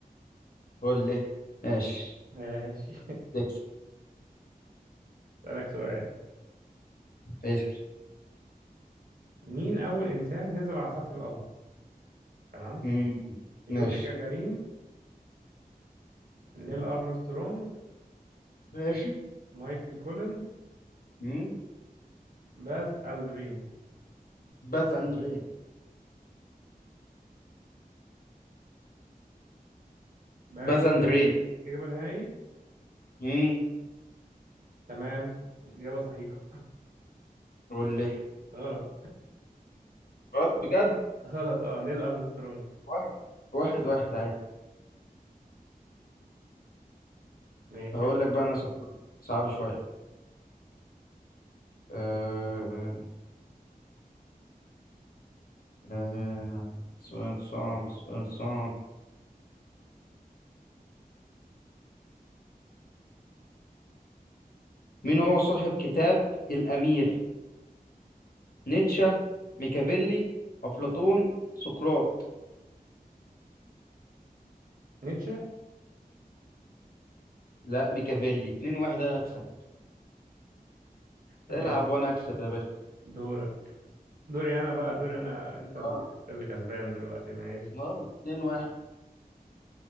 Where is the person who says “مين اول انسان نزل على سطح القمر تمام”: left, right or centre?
Right